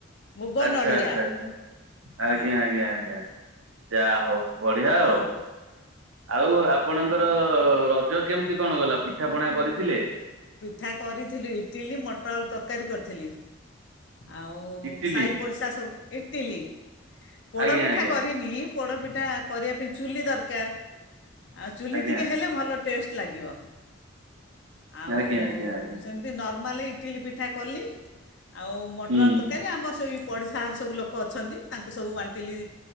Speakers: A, on the left; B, on the right.
A: ମୁଗ
B: ଆଚ୍ଛା-ଆଚ୍ଛା-ଆଚ୍ଛା
A: ନଡ଼ିଆ
B: ଆଜ୍ଞା-ଆଜ୍ଞା-ଆଜ୍ଞା
A: ହଁ
B: ଯା ହଉ। ବଢିଆ ଆଉ।
A: ହଁ।
B: ଆଉ ଆପଣଙ୍କର ରଜ କେମିତି କଣ ଗଲା ପିଠାପଣା କରିଥିଲେ?
A: ପିଠା କରିଥିଲି ଇଟିଲି, ମଟର ଆଳୁ ତରକାରୀ କରିଥିଲି। ଆଉ
B: ଇଟିଲି
A: ସାଇ ପଡ଼ିଶା ସବୁ ଇଟିଲି, ପୋଡ଼ପିଠା
B: ଆଜ୍ଞା ଆଜ୍ଞା
A: କରିନି। ପୋଡ଼ପିଠା କରିବା ପାଇଁ ଚୁଲି ଦରକାର, ଆଉ ଚୁଲି
B: ଆଜ୍ଞା
A: ଟିକେ ହେଲେ ଭଲ ଟେଷ୍ଟ ଲାଗିବ। ଆଉ
B: ଆଜ୍ଞା ଆଜ୍ଞା ଆଜ୍ଞା।
A: ସେମିତି ନର୍ମାଲ ଇଟିଲି ପିଠା କଲି। ଆଉ ମଟର
B: ହୁଁ
A: ଆଳୁ ତରକାରୀ ଆମର ସେଇ ପଡ଼ିଶା ଘର ସବୁ ଲୋକ ଅଛନ୍ତି ତାଙ୍କୁ ସବୁ ବାଣ୍ଟିଲି